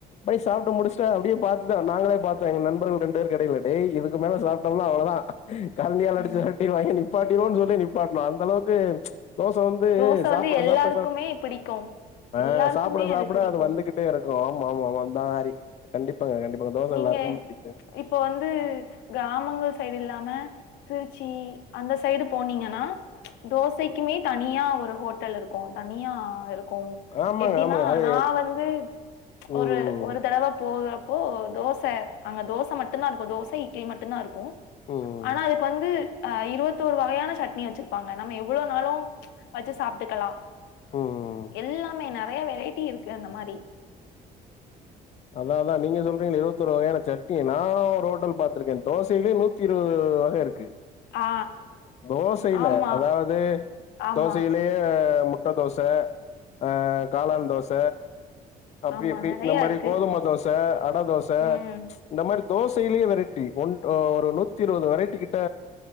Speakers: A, on the left (about 40°); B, on the left (about 90°).
A: போய் சாப்ட்டு முடிச்சிட்ட அப்டியே பாத்துதா நாங்களே பாத்தோ எங்க நண்பர்கள் ரெண்டு பேர் கெடெல டேய் இதுக்கு மேல சாப்ட்டொம்னா அவ்ளோதா கரட்டியால
B: ஆ
A: அடுச்சு வெரட்டீருவாங்க நிப்பாட்டிவோன்னு சொல்லி நிப்பாட்ணோ அந்த அளவுக்கு தோச வந்து
B: தோச
A: சாப்பட
B: வந்து எல்லாருக்குமே
A: சாப்பட சாப்ட்
B: பிடிக்கு
A: ஆ
B: எல்லாருக்குமே
A: சாப்பட சாப்பட
B: பிடிக்கு
A: அது வந்து துட்டே இருக்கு ஆமா ஆமா ஆமா தாரி கண்டிப்பாங்க கண்டிப்பாங்க தோச
B: நீங்க
A: எல்லாருக்கும் புடிகுது
B: இப்போ வந்து க்ராமங்கள் சைட் இல்லாம திருச்சி அந்த சைடு போனீங்கனா தோசைக்குமே தனியா ஒரு ஹோட்டல் இருக்கு தனியா இருக்கு
A: ஆமாங்க
B: எப்டின்னா
A: ஆமாங்க அது
B: நா வந்து
A: ம்
B: ஒரு ஒரு தடவ போகுறப்போ தோச அங்க தோச மட்டுந்தா இருக்கு தோச இட்லி மட்டுந்தா இருக்கு
A: ம்
B: ஆனா அதுக்கு வந்து அ இருவத்தோரு வகையான சட்னி வெச்சிருப்பாங்க நம்ம எவ்ளோனாலு வெச்சு சாப்ட்டுக்கலா
A: ம்
B: எல்லாமே நறையா வெரைட்டி இருக்கு அந்த மாரி
A: அதா அதா நீங்க சொல்றீங்களே இருவத்தோரு வகையான சட்னி நா ஒரு ஹோட்டல் பாத்திருக்கே தோசைலியே நூத்தி நூத்தி இருவது வக இருக்கு
B: ஆ ஆ
A: தோசைல
B: ஆமா
A: அதாவது
B: ஆமா
A: தோசைல யே முட்ட தோச ஆ காளான் தோச அப்பிடி
B: ஆமா
A: எப்பிடி
B: நெறையா
A: இந்த மாரி
B: இருக்கு
A: கோதும தோச அட தோச
B: ம்
A: இந்த மாரி தோசைலெயே வெரைட்டி ஒன் ஒரு நூத்தி இருவது வரைட்டி கிட்ட